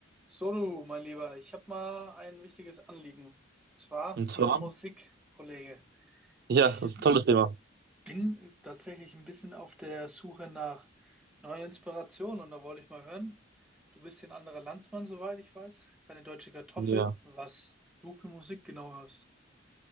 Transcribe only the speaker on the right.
Und
zwar,
ja, das ist ein tolles Thema.
Ja,